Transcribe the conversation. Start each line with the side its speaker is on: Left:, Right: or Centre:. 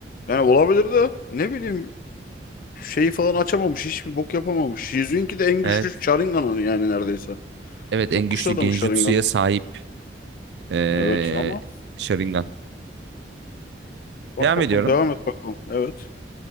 Left: Yani olabilir de ne bileyim şeyi falan açamamış. Hiçbir bok yapamamış. Jizu'nunki de en
Right: Evet.
Left: güçlü Sharingan'ın yani neredeyse.
Right: Evet en
Left: Çok güçlü
Right: güçlü
Left: adam
Right: Genjutsu'ya
Left: Sharingan'ı.
Right: sahip ee,
Left: Evet ama
Right: Sharingan.
Left: bak
Right: Devam
Left: bakalım
Right: ediyorum.
Left: devam et bakalım. Evet.